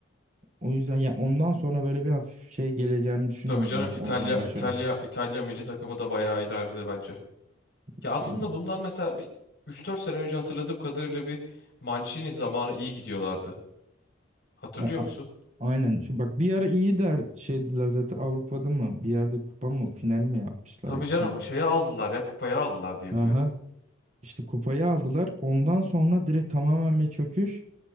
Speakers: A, on the right (about 35°); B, on the left (about 60°).
A: O yüzden ya ondan sonra böyle bir hafif şey geleceğini düşünüyorum
B: tabii canım
A: ben
B: İtalya
A: oradan başarı.
B: İtalya İtalya milli takımı da bayağı ileride bence. Ya
A: İşte
B: aslında
A: ben-
B: bundan mesela bir 3-4 sene önce hatırladığım kadarıyla bir Mancini zamanı iyi gidiyorlardı. Hatırlıyor
A: ya, a-
B: musun?
A: aynen. Şu bak bir ara iyi der şeydiler zaten Avrupa'da mı bir yerde kupa mı final mi yapmışlardı
B: Tabii canım
A: tamam.
B: şeye aldılar ya kupayı aldılar diye
A: Aha.
B: biliyorum.
A: İşte kupayı aldılar. Ondan sonra direkt tamamen bir çöküş.